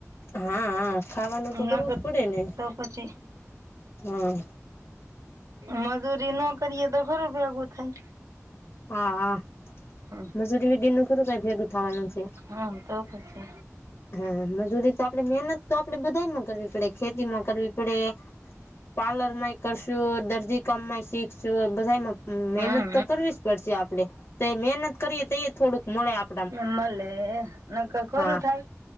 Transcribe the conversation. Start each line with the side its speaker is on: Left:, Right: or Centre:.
Left: હા હા ખાવાનું તો કરવું
Right: નકર
Left: જ પડે ને
Right: તો પછી
Left: હા.
Right: મજૂરી ન કરીયએ તો ખરું ભેગું થાય
Left: હા
Right: હમ
Left: મજૂરી વિધિ ન ખરું કઈ ભેગ ઉ થાવાનું છે.
Right: હમ તો પજે.
Left: હા મજૂરી તો આપડે મહેનત તો આપડે બધામાં કરવી પડે ખેતી માં કરવી પડે પાર્લરમાંય કરશું દર્દી કામમાંય શીખશું બધામાં
Right: હમ
Left: મહેનત તો કરવી જ પડશે આપડે તો મહેનત કરીએ તો એ થોડુંક મળે આપ
Right: એ મળલે એ નક ખોરું
Left: હા
Right: થાય